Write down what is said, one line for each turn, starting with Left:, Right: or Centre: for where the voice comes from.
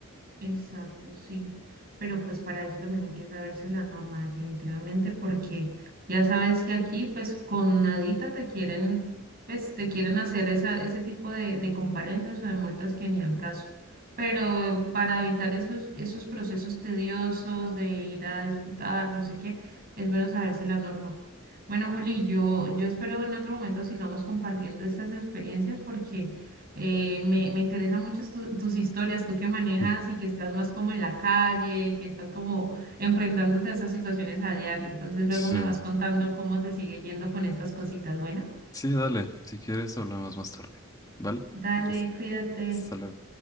Right: Exacto, sí. Pero pues para eso también hay que saberse la norma definitivamente, porque ya sabes que aquí pues con nadita te quieren, pues te quieren hacer esa, ese tipo de, de comparendas o de multas que ni al caso. Pero para evitar esos, esos procesos tediosos de ir a disputar, no sé qué, es bueno saberse la norma. Bueno, Juli, yo, yo espero en otro momento sigamos compartiendo estas experiencias porque... Eh, me, me interesa mucho estu- tus historias, tú que manejas
Left: Ujú.
Right: y que estás más como en la calle, que estás como enfrentándote a esas situaciones a diario. Entonces luego
Left: Sí,
Right: me vas contando cómo te sigue yendo con estas cositas. Bueno,
Left: sí, dale, si quieres hablamos más tarde, ¿vale?
Right: dale,
Left: Pues,
Right: cuídate.
Left: hasta luego.